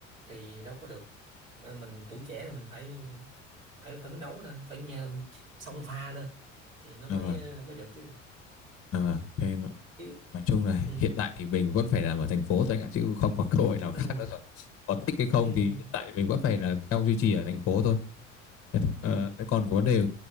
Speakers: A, on the right; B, on the left.
A: thì đâu có được Mà mình tuổi trẻ là mình phải phải phấn đấu lên phải nhờ, xông pha lên thì nó mới
B: Dạ vâng,
A: ờ, mới được chứ
B: dạ vâng. Thế nó-
A: chứ
B: nói chung là
A: ừ
B: hiện tại thì mình vẫn phải làm ở thành phố thôi anh ạ, chứ không có cơ hội nào
A: ừ
B: khác nữa rồi. Có thích hay không
A: ừ
B: thì hiện tại mình vẫn phải là theo duy trì ở thành phố thôi. Thế, th-
A: ừ
B: ờ, thế còn cái vấn đề